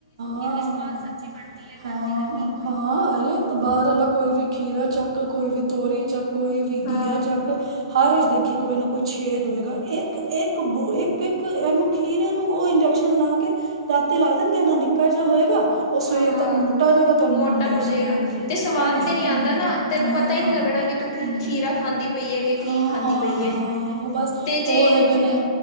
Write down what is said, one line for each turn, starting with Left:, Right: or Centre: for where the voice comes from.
Right: ਕਿੰਨੀ ਸੁਆਦ ਸਬਜ਼ੀ ਬਣਦੀ ਹੈ ਘਰ ਦੀ ਲੱਗੀ ਹੋਈ ਹਾਂ ਹਾਂ ਇਹ ਤਾਂ ਬਾਹਰ ਵਾਲਾ ਕੋਈ ਵੀ ਖੀਰਾ ਚੱਕ ਕੋਈ ਵੀ ਤੋਰੀ ਚੱਕ ਕੋਈ ਵੀ
Left: ਹਾਂ
Right: ਘੀਆ ਚੱਕ ਹਰ ਵਿਚ ਦੇਖੀ ਕੋਈ ਨਾ ਕੋਈ ਛੇਦ ਹੋਏਗਾ ਇੱਕ ਇੱਕ ਬ ਇੱਕ ਇੱਕ ਇਹਨੂੰ ਖੀਰੇ ਨੂੰ ਉਹ ਇੰਜੇਕ ਸ਼ਨ ਲਾ ਕੇ ਰਾਤੀਂ ਲਾ ਦੇਣਗੇ ਨ ਪਤਲਾ ਜਿਹਾ ਹੋਏਗਾ ਉਹ ਸਵੇਰ
Left: ਹਾਂ
Right: ਤੱਕ ਮੋਟਾ ਹੋ ਜਾਏਗਾ ਤੇ ਓਹਨੂੰ
Left: ਮੋਟਾ
Right: ਮੰਡੀ
Left: ਹੋ
Right: ਚ
Left: ਜਾਏਗਾ
Right: ਲੈ ਆਣਗੇ
Left: ਤੇ ਸਵਾਦ
Right: ਐਵੇਂ
Left: ਤੇ ਨੀ ਆਂਦਾ
Right: ਹਮ
Left: ਨਾ ਤੈਨੂੰ
Right: ਨਾ
Left: ਪਤਾ ਹੀ ਨੀ ਲੱਗਣਾ ਵੀ ਤੂੰ ਕੀ
Right: ਹਮ
Left: ਖੀਰਾ ਖਾਂਦੀ ਪਈ ਹੈ ਕਿ ਕੀ
Right: ਹਾਂ
Left: ਖਾਂਦੀ ਪਈ
Right: ਹਾਂ
Left: ਹੈ
Right: ਉਹ ਬਸ
Left: ਤੇ ਜੇ
Right: ਉਹ ਹੈਗੇ ਨੇ